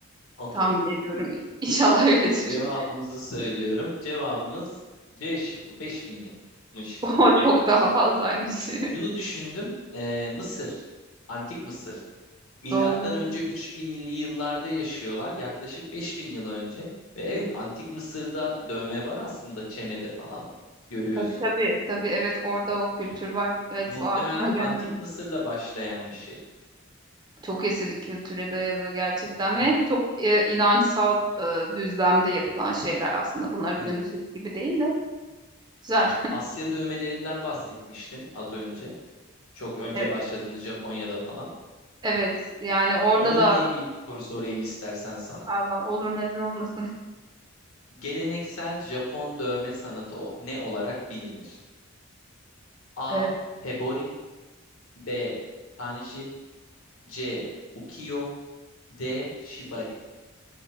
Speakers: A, on the left; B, on the right.
A: Okey.
B: tahmin ediyorum. İnşallah öyledir.
A: Cevabımızı
B: <laughs>
A: söylüyorum. Cevabımız C şıkkı 5000 yılmış.
B: O çok daha fazlaymış.
A: Şunu düşündüm. eee, Mısır, Antik Mısır. Milattan
B: <laughs> Doğru.
A: önce 3000'li yıllarda yaşıyorlar. Yaklaşık 5000 yıl önce. Ve evet Antik Mısır'da dövme var aslında çenede falan görüyorsun.
B: Tabii tabii. Tabii evet orada o kültür var. Evet
A: Muhtemelen
B: o aklıma gelmemiş.
A: Antik Mısır'la başlayan bir şey.
B: Çok eski bir kültüre dayalıyor gerçekten
A: Evet,
B: ve çok e, inançsal e, düzlemde yapılan şeyler aslında. Bunlar günümüzdeki
A: evet.
B: gibi değil de güzel.
A: Asya dövmelerinden bahsetmiştin az önce. Çok önce
B: Evet,
A: başladığını Japonya'da falan.
B: evet yani orada
A: Onunla
B: da
A: ilgili bir soru sorayım istersen sana.
B: Allah olur neden olmasın. <laughs>
A: Geleneksel Japon dövme sanatı o- ne olarak bilinir? A.
B: E,
A: Tebori B. Kanji C. Ukiyo D. Shibari